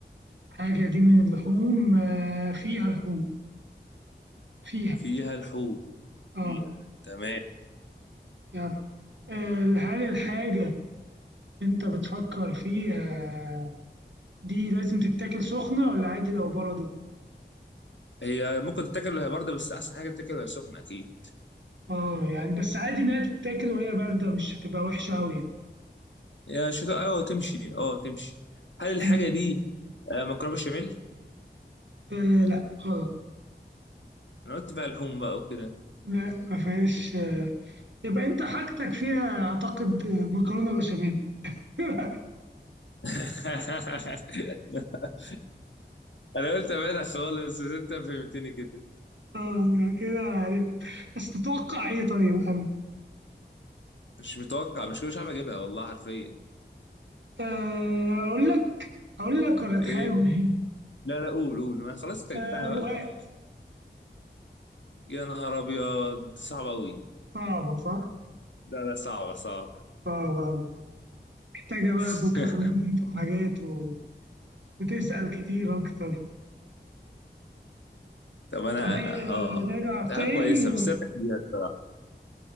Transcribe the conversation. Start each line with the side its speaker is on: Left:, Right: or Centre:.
Right: حاجة دي من اللحوم آه، فيها لحوم فيها
Left: فيها لحوم
Right: اه
Left: فيها تمام
Right: فيها لحوم آه، هل الحاجة انت بتفكر فيها دي لازم تتاكل سخنة ولا عادي لو بردت؟
Left: هي ممكن تتاكل وهي بارده بس احسن حاجه تتاكل وهي سخنه اكيد
Right: اه يعني بس عادي إن هي تتاكل وهي باردة مش هتبقى وحشة أوي يعني
Left: يا شتاء اه تمشي اه تمشي هل الحاجه
Right: مم.
Left: دي آه، مكرونه بشاميل
Right: آه لا غلط
Left: انا قلت بقى لحوم بقى وكده
Right: لا ما فيهاش آه. يبقى أنت حاجتك فيها أعتقد آه، مكرونة بشاميل <laughs>
Left: <laughs> انا قلت ابعدها خالص بس انت فهمتني كده
Right: اه يعني كده عرفت بس تتوقع ايه طيب انا
Left: مش متوقع مش كده مش عارف اجيبها والله حرفيا
Right: آه، اقول لك اقول لك ولا تحاول
Left: ايه لا لا قول قول ما خلاص انت
Right: آه،
Left: جبتها بقى
Right: رقاق
Left: يا نهار ابيض صعبه قوي
Right: صعبة صح
Left: لا لا صعبه صعبه
Right: صعبة محتاجة بقى
Left: <laughs>
Right: مكونات وحاجات و- وتسأل كتير اكتر
Left: طب انا
Right: طب ايه آه،
Left: اه
Right: نلعب
Left: ده
Right: تاني
Left: كويسه بس ايه رايك فيها الصراحه